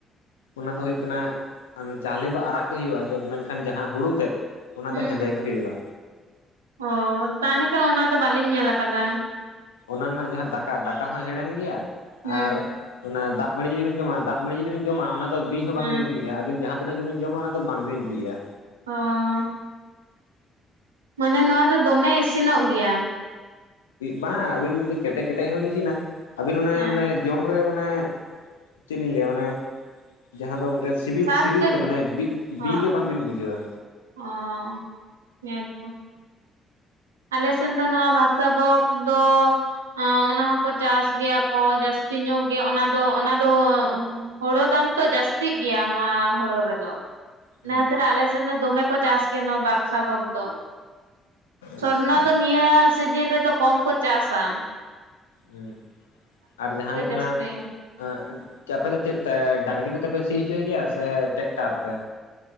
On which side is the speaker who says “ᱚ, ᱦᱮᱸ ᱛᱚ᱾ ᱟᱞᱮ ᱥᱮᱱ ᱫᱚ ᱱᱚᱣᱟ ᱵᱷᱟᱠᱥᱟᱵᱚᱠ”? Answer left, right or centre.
Right